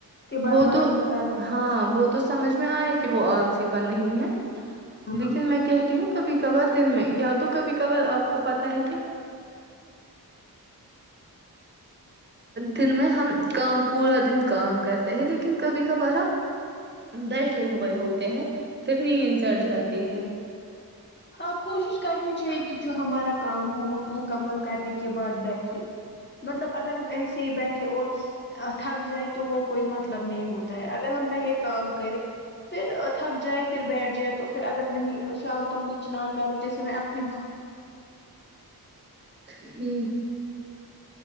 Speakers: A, on the left; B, on the right.
A: کے بعد
B: وہ
A: من
B: تو
A: نہیں کر رہا
B: ہاں وہ تو سمجھ میں آئے گی کہ وہ آلسی پرن نہیں ہے
A: ہاں
B: لیکن میں کہہ رہی ہوں ب کور دن میں یا تو کاب کبور آپ کو پتا ہے کیا دن میں ہم کام پورا دن کام کرتے ہیں لیکن کبھی کبھار ہم بیٹھے ہوئے ہوتے ہیں پھر نیند چڑ جاتی ہے
A: ہاں کوشش کرنی چاہیے کہ جو ہمارا کام ہو وہ مکمل کرنے کے بعد بیٹھے مطلب اگر ہم ایسے ہی بیٹھے اور تھک جائے تو وہ کوئی مطلب نہیں ہوتا ہے اگر ہم پہلے کام کریں پھر تھک جائے پھر بیٹھ جائے تو پھر اگر نہیں شام تک کچھ نہ کرو جیسے میں اپنی
B: تٹھھی